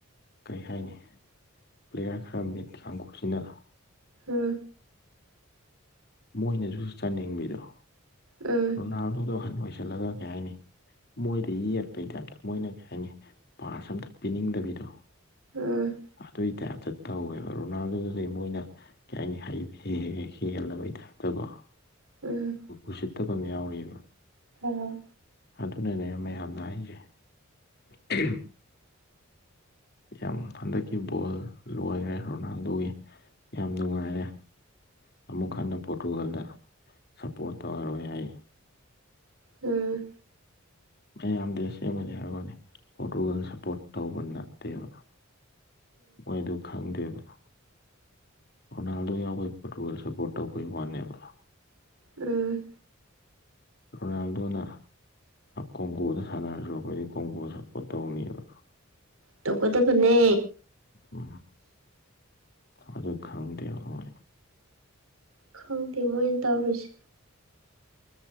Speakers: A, on the left; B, on the right.
A: ꯀꯩ ꯍꯥꯏꯅꯤ꯫ ꯄ꯭ꯂꯦꯌꯥꯔ ꯈꯔ ꯃꯤꯦꯠ ꯀꯥꯡꯈꯨꯁꯤꯅ
B: ꯎꯝ
A: ꯃꯣꯏꯅꯁꯨ ꯆꯥꯅꯤꯡꯕꯤꯗꯣ
B: ꯎꯝ
A: ꯔꯣꯅꯥꯜꯗꯣꯗꯣ ꯑꯍꯟ ꯑꯣꯏꯁꯜꯂꯒ ꯀꯩ ꯍꯥꯏꯅꯤ ꯃꯣꯏꯗꯤ ꯌꯦꯛꯄꯩꯗ ꯑꯇ ꯃꯣꯏꯅ ꯍꯥꯏꯅꯤ ꯄꯥꯁ ꯑꯝꯇ ꯄꯤꯅꯤꯡꯗꯕꯤꯗꯣ
B: ꯎꯝ
A: ꯑꯗꯨꯏ ꯇꯥꯏꯞꯇ ꯇꯧꯋꯦꯕ ꯔꯣꯅꯥꯜꯗꯣꯗꯨꯗꯤ ꯃꯣꯏꯅ ꯀꯩ ꯍꯥꯏꯅꯤ ꯍꯩꯁꯦ ꯍꯦꯛ ꯍ ꯍꯦꯜꯂꯕꯩ ꯇꯥꯏꯞꯇꯀꯣ
B: ꯎꯝ
A: ꯎꯁꯤꯠꯇꯕ ꯑꯃ ꯌꯥꯎꯔꯤꯑꯕ
B: ꯑꯣ꯫
A: ꯑꯗꯨꯅꯅꯦ ꯃꯌꯥꯝꯅ ꯍꯥꯏꯖꯦ꯫ ꯑꯍꯝ꯫ <inaudible> ꯌꯥꯝ ꯍꯟꯗꯛꯀꯤ ꯕꯣꯜ ꯂꯣꯏꯔꯦ ꯔꯣꯅꯥꯜꯗꯣꯒꯤ꯫ ꯌꯥꯝ ꯅꯨꯡꯉꯥꯏꯔꯦ ꯑꯃꯨꯛ ꯍꯟꯅ ꯄꯣꯔꯇꯨꯒꯜꯗ ꯁꯞꯄꯣꯔꯠ ꯇꯧꯔꯔꯣꯏ ꯑꯩ꯫
B: ꯎꯝ꯫
A: ꯌꯥꯝꯗꯤ ꯑꯁꯦꯡꯕꯅꯦ ꯍꯥꯏꯒꯅꯤ ꯄꯣꯔꯇꯨꯒꯜ ꯁꯞꯄꯣꯔꯠ ꯇꯧꯕ ꯅꯠꯇꯦꯕ꯫ ꯃꯣꯏꯗꯨ ꯈꯪꯗꯦꯕ꯫ ꯔꯣꯅꯥꯜꯗꯣ ꯌꯥꯎꯕꯩ ꯄꯣꯔꯇꯨꯒꯜ ꯁꯄꯣꯔꯠ ꯇꯧꯕꯩ ꯋꯥꯅꯦꯕ꯫
B: ꯎꯝ꯫
A: ꯔꯣꯅꯥꯜꯗꯣꯅ꯫ ꯀꯣꯡꯀꯣꯗ ꯁꯥꯟꯅꯔꯁꯨ ꯑꯩꯈꯣꯏꯗꯤ ꯀꯣꯡꯀꯣ ꯁꯞꯄꯣꯔꯠ ꯇꯧꯅꯦꯕ
B: ꯇꯧꯒꯗꯕꯅꯦ
A: ꯎ ꯑꯗꯨ ꯈꯪꯗꯦ ꯍꯣꯏ
B: ꯈꯪꯗꯦ ꯃꯣꯏꯅ ꯇꯧꯔꯤꯁꯦ